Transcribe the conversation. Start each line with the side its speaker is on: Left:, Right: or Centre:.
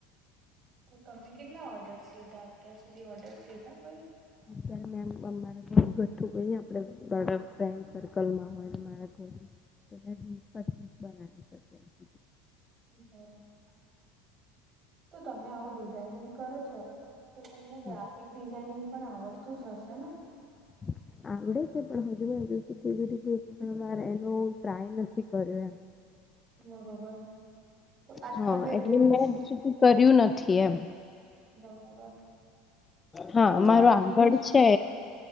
Right: તો તમે કેટલા ઓડર્સ લીધા? અત્યાર સુધી ઓડર્સ લીધું કોઈ?
Left: <inaudible> ત્યારે મેમ અમારે ઘરગથ્થુ કહીએ આપડ <unintelligible> ફ્રેન્ડસર્કલમાં હોયને મારા ઘરે <unintelligible> પછી જ બનાવી શકીએ
Right: બરોબર તો તમે આવું ડિઝાઇનિંગ કરો છો? તો તમને ગ્રાફિક
Left: હા
Right: ડિઝાઇનિંગ પણ આવડતું જ હશે ને?
Left: <inaudible> આવડે છે પણ હજુ મેં હજી સુધી <unintelligible> એક પણ વાર એનું ટ્રાય નથી કર્યું એમ
Right: બરોબર, તો આજ
Left: હા
Right: તમે
Left: એટલે
Right: રોજ
Left: મેં હજુ સુધી કર્યું નથી એમ
Right: બરોબર તો
Left: હા,
Right: તમે
Left: મારું
Right: આ રીલ્સ
Left: આંગળ છે,